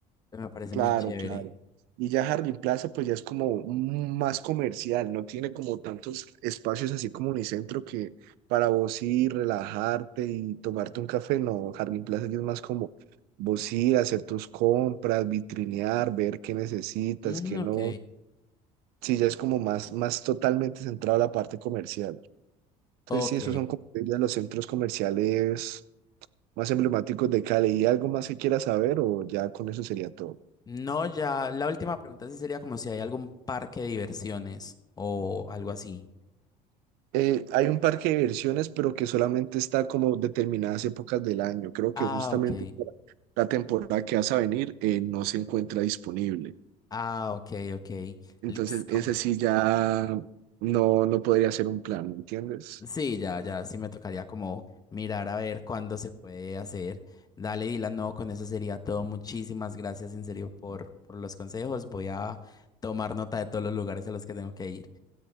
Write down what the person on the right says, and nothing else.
Claro,
claro. Y ya Harlem Plaza pues ya es como un- más comercial, no tiene como tantos espacios así como Unicentro que para vos ir, relajarte y tomarte un café, no, Harlem Plaza ya es más como vos ir, hacer tus compras, vitrinear, ver qué necesitas,
qué no.
sí, ya es como más, más totalmente centrado a la parte comercial. Entonces,
sí, esos son como yo diría, los centros comerciales más emblemáticos de Cali. ¿Y algo más que quieras saber o ya con eso sería todo?
Eh, hay un parque de diversiones, pero que solamente está como determinadas épocas del año. Creo que
justamente
para la temporada que vas a venir eh, no se encuentra disponible.
Entonces,
ese sí ya no, no podría ser un plan, ¿me entiendes?